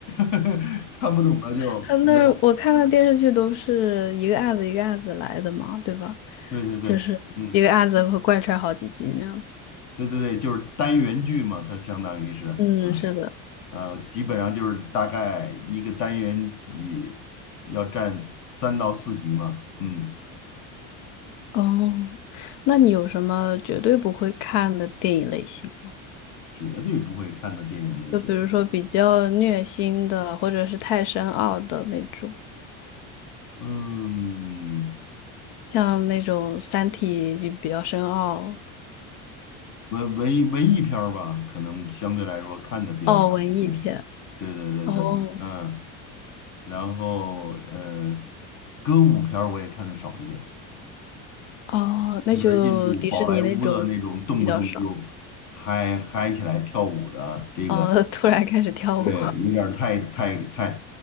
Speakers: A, on the left; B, on the left.
A: <laughs> 看不懂了就觉得，
B: 他那儿我看的电视剧都是一个案子一个案子来的嘛，对吧？
A: 对对对，
B: 就是一个案子会贯穿好几集那样子。
A: 嗯，对对对，就是单元剧嘛，它相当于是。
B: 嗯，是的。
A: 呃，基本上就是大概一个单元几要占三到四集嘛，嗯，
B: 哦，那你有什么绝对不会看的电影类型吗？
A: 绝对不会看的电影类型。
B: 就比如说比较虐心的，或者是太深奥的那种，
A: 嗯，
B: 像那种《三体》就比较深奥，
A: 文文艺文艺片儿吧，可能相对来说看的比较少一些。
B: 哦，文艺片。
A: 对对对对，
B: 哦
A: 嗯，然后呃，歌舞片儿我也看的少一点，
B: 哦，
A: 特别是印度宝莱坞的那种动不动就嗨嗨起来跳舞的这个。
B: 那就迪士尼那种比较少。哦，<laughs> 突然开始跳舞，
A: 对，有点儿太太太